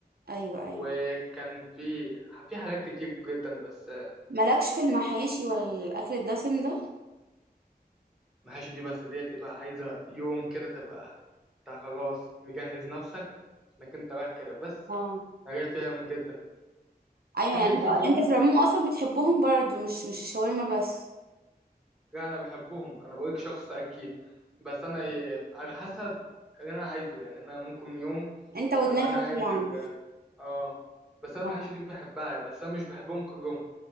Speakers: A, on the right; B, in the centre.
A: ايوه ايوه
B: وكان في في حاجات كتير جدا بس
A: مالكش في المحاشي ولا الاكل الدسم ده
B: محاشي دي بس ديت ايه بقى عايزة يوم كده تبقى انت خلاص مجهز نفسك انك انت رايح كده بس
A: اه
B: انا فيهم جدا
A: ايوه
B: انت
A: يعني
B: ليك
A: انت
B: فيهم
A: انت في العموم اصلا بتحبهم برضو مش مش الشاورما بس
B: لا انا بحبهم انا بقولك شخص اكيد بس انا إيه على حسب اللي انا عايزه يعني انا ممكن يوم
A: انت ودماغك
B: ابقى انا عايز
A: يعني
B: ال- اه بس انا
A: اه
B: المحاشي دي بحبها بس انا مش بحبهم كلهم